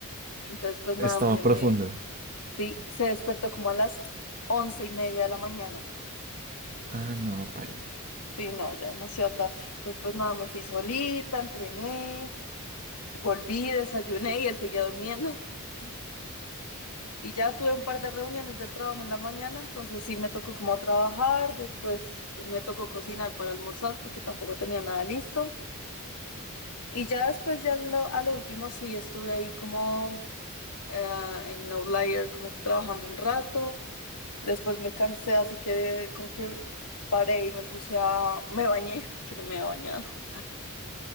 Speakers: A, on the left; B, on the right.
A: Entonces, pues nada,
B: Estaba
A: me,
B: profunda.
A: me- sí, se despertó como a las once y media de la mañana.
B: Ah, no, paila.
A: Sí, no, ya demasiado tarde. Entonces, pues nada, me fui solita, entrené, volví, desayuné y él seguía durmiendo. <laughs> Y ya tuve un par de reuniones del trabajo en la mañana, entonces sí me tocó como trabajar, después me tocó cocinar para almorzar porque tampoco tenía nada listo. Y ya después, ya en lo- a lo último sí estuve ahí como eh, en Outlier, como que trabajando un rato. Después me cansé, así que como que paré y me puse a... me bañé <laughs> porque no me había bañado.